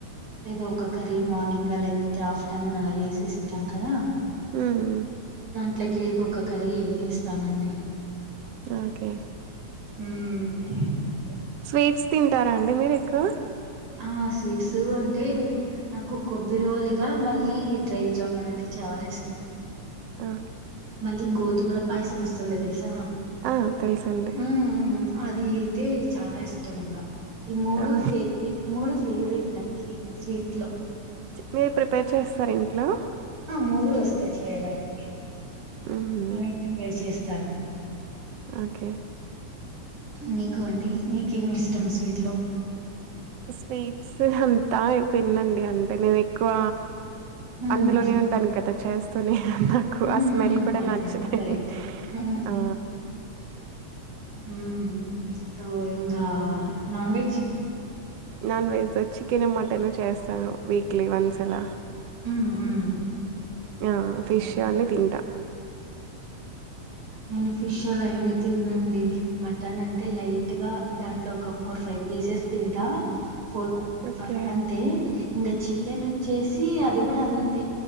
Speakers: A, on the right; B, on the right.
A: ఏదో ఒక కర్రీ మార్నింగ్ లేకపోతే ఆఫ్టర్నూన్ అలా చేసేసింటాం కదా
B: ఉమ్
A: ట్లకి ఏదో ఒక కర్రి ఏ చేస్తానండి
B: ఓకే
A: హమ్
B: స్వీట్స్ తి తింటారండి మీరు ఎక్కువ
A: ఆ స్వీట్స్ అంటే నాకు కొబ్బరోలిగా మళ్ళీ డ్రై జాముూన్ అయితే చాలా ఇష్టం
B: ఆ
A: మళ్ళీ గోధుమలు పాయసం వస్తుంది తెలుసా
B: ఆ తెలుసండి
A: హ్మ్. అది అయితే చాలా ఇష్టం ఇంగ ఈ మూడు
B: ఆ
A: ఫే ఈ మూడు ఫేవరేట్ నాకి స్వీట్ లో
B: మీరు ప్రిపేర్ చేస్తార ఇంట్లో
A: మూడు వస్తాయి చేయడానికి
B: ఉహు
A: నే ప్రిపేర్ చేస్ తను
B: ఓకే
A: మీకు అండి మీకేమి ఇష్టం స్వీట్ లో
B: స్వీట్స్ అంతా తిన్ననండి అంటే నేనే క్కువ
A: హ్మ్.
B: అందులోనే ఉంటాను క తక్ చేస్తునే నాకు
A: హ్మ్.
B: ఆ స్మెల్
A: హ్మ్.
B: కూడా నచ్చద
A: అదేమో కరెక్టే.
B: అండి
A: హ్మ్.
B: ఆ
A: మ్మ్ సో ఇంగ నాన్ వెెజ్
B: నాన్ వెజ్ తో చికెను మటను చేస్ సగం వీక్లీ వన్స్ రా
A: హ్మ్. హ్మ్.
B: ఆ
A: ఓకే.
B: ఫిష్ అన్నీ తింటా
A: నేను ఫిష్ అలా ఏమి తిన్ను అండి, మటన్ అంటే లైట్ గా దాంట్లో ఒక ఫోర్ ఫైవ్ పీసెస్ తింటా. ఫోర్
B: ఓకే
A: ఫ అంతే ఇంగ చికెన్ వచ్చేసి అది కూడా అంతే